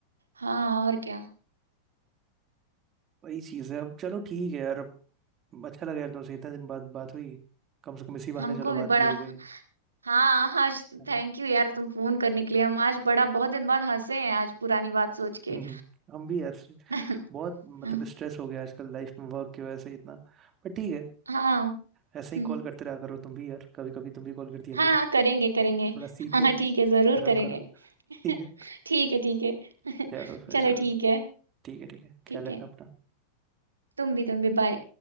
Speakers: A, on the right (about 75°); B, on the right (about 30°).
A: हाँ और क्या
B: वही चीज़ है अब चलो ठीक है यार अब अच्छा लगा यार तुमसे इतने दिन बाद बात हुई कम से कम इसी बहाने
A: हमको
B: चलो बात
A: भी बड़ा
B: भी हो गई
A: हाँ आज
B: है ना
A: थैंक यू यार तुम फोन करने के लिए हम आज बड़ा बहुत दिन बाद हंसे हैं आज पुरानी बात सोच
B: <laughs>
A: के
B: हम्म, हम भी यार
A: <laughs>
B: बहुत मतलब
A: हाँ
B: स्ट्रेस हो गया आजकल लाइफ में वर्क की वजह से इतना पर ठीक है
A: हाँ,
B: ऐसे ही
A: हम्म
B: कॉल करते रहा करो तुम भी यार कभी कभी तुम भी कॉल कर दिया
A: हाँ
B: करो
A: हाँ करेंगे करेंगे
B: थोड़ा सीखो
A: हाँ हाँ ठीक है जरूर
B: आराम
A: करेंगे
B: करो ठीक
A: <laughs>
B: है
A: ठीक है ठीक है
B: चलो
A: <laughs>
B: फिर
A: चलो
B: चलो
A: ठीक है
B: ठीक है ठीक है ख्याल
A: ठीक
B: रखना
A: है
B: अपना
A: तुम भी तुम भी बाय